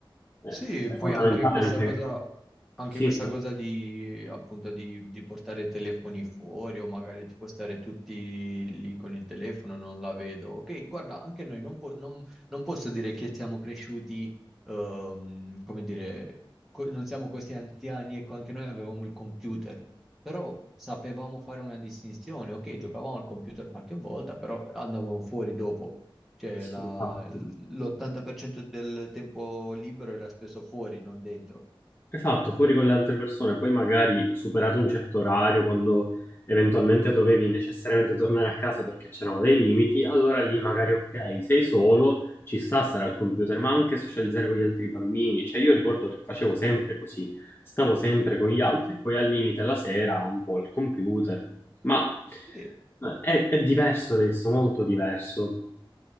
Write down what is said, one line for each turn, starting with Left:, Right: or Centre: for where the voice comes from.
Left: eh,
Centre: Sì, e
Left: è
Centre: poi
Left: fondamentale
Centre: anche questa
Left: anche...
Centre: cosa, anche
Left: Sì,
Centre: questa cosa di, appunto, di, di portare i telefoni fuori o magari tipo stare tutti lì con il telefono, non la vedo. Ok, guarda, anche noi non, po- non- non posso dire che siamo cresciuti, ehm, come dire, co- non siamo così anziani, ecco, anche noi avevamo il computer, però sapevamo fare una distinzione. Ok, giocavamo al computer qualche volta, però andavamo fuori dopo. Cioè,
Left: sì,
Centre: la-
Left: infatti.
Centre: l'80% del tempo libero era speso fuori, non dentro.
Left: Esatto, fuori con le altre persone, poi magari superato un certo orario, quando eventualmente dovevi necessariamente tornare a casa perché c'erano dei limiti, allora lì magari
Centre: Sì.
Left: ok, sei solo, ci sta stare al computer, ma anche socializzare con gli altri bambini. Cioè io ricordo che facevo sempre così, stavo sempre con gli altri, poi al limite la sera un po' al computer, ma
Centre: Sì,
Left: eh, è, è diverso adesso, molto diverso.